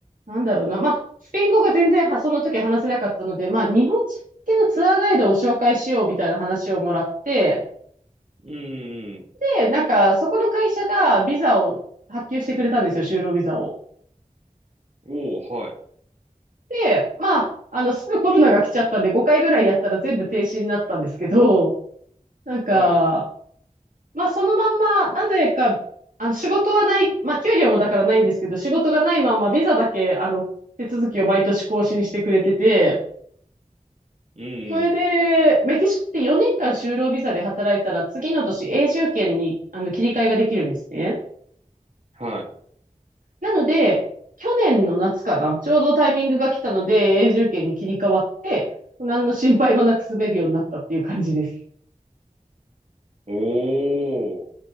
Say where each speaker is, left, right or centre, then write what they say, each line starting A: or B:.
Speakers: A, on the right; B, on the right.
A: なんだろうな、まあ、スペイン語が全然はその時話せなかったので、まあ日本人向けのツアーガイドを紹介しようみたいな話をもらって、
B: い。うん、うん。
A: で、なんかそこの会社がビザを発給してくれたんですよ、就労ビザを。
B: おー、はい、
A: で、まあ、あの、すぐコロナが来ちゃったんで、5回ぐらいやったら全部停止になったんですけど、なんか、
B: はい。
A: まあ、そのまんま、なぜか、あの、仕事はない、まあ、給料もだからないんですけど、仕事がないまま、ビザだけ、あの、手続きを毎年更新してくれてて、
B: うん、うん。
A: それで、メキシコって4年間就労ビザで働いたら、次の年永住権に、あの、切り替えができるんですね。
B: はい。
A: なので、去年の夏かな、ちょうどタイミングが来たので、永住権に切り替わって、何の心配もなく住めるようになったっていう感じです。
B: おー。